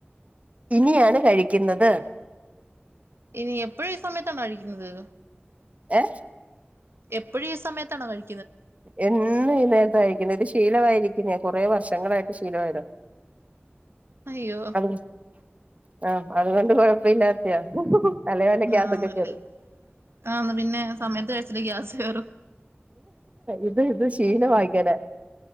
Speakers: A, on the right; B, on the right.
A: ഇനിയാണ് കഴിക്കുന്നത്
B: ഇനി എപ്പോഴും ഈ സമയത്താണോ കഴിക്കുന്നത്
A: ഏ
B: എപ്പോഴും ഈ സമയത്താണ് കഴി
A: എന്നും ഈ നേരത്ത കഴിക്കണത് ഇത് ശീലമായിരി കുറെേ വർഷങ്ങളായിട്ട് ശീലമായതാ
B: അയ്യോ
A: <unintelligible> ആഹ് അതുകൊണ്ട് കൊഴപ്പല്ലാത്തയാ തലേ വല്ല ഗ്യാസൊക്കെ
B: ആണല്ലേ
A: കേറും
B: ആഹ് പിന്നെ സമയത്ത് കഴിച്ചില്ലേ ഗ്യാസ് കേറും
A: ഇത് ഇത് ശീലമാ ഇങ്ങനെ